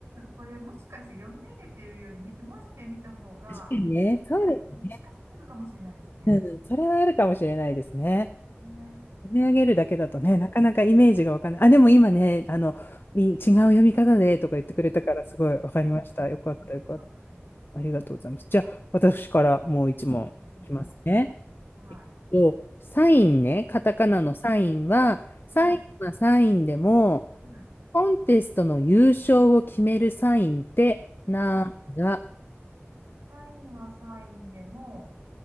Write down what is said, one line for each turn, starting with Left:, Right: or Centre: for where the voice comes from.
Right: これもしかして読み上げてるよりみ文字で見た方が、
Left: にね、そうです。
Right: えもしかしたらあるかもしれないですね。
Left: うん、それはあるかもしれないですね。
Right: ね。
Left: 読み上げるだけだとね、
Right: うん。
Left: なかなかイメージがわかんない。あ、でも今ね、あの、い違う読み方でとか言ってくれたから、
Right: うん。
Left: すごいわかりました。
Right: うん。
Left: よかった、
Right: うんよかったです
Left: よかった。ありがとうございます。じゃあ、私からもう一問いきますね。
Right: うんはい。はい。
Left: と、サインね、カタカナのサインは、
Right: う
Left: サインはサインでも、
Right: ん。うんはい。
Left: コンテストの優勝を決めるサインってなんだ
Right: はい。サインはサインでも、